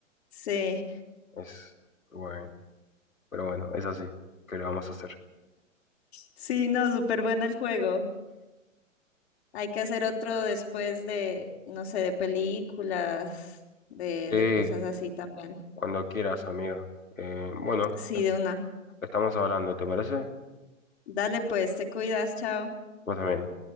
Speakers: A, on the left; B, on the left.
A: Sí,
B: Es, bueno. Pero bueno, es así. ¿Qué le vamos a hacer?
A: sí, no, súper bueno el juego. Hay que hacer otro después de, no sé, de películas, de,
B: Sí,
A: de cosas así también.
B: cuando quieras, amiga. Eh, bueno,
A: Sí, de una.
B: estamos hablando, ¿te parece?
A: Dale pues, te cuidas, chao.
B: Vos también.